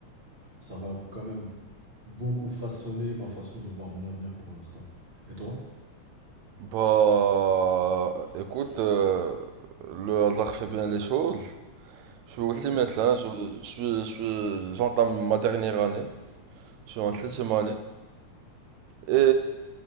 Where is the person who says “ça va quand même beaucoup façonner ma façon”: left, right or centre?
Right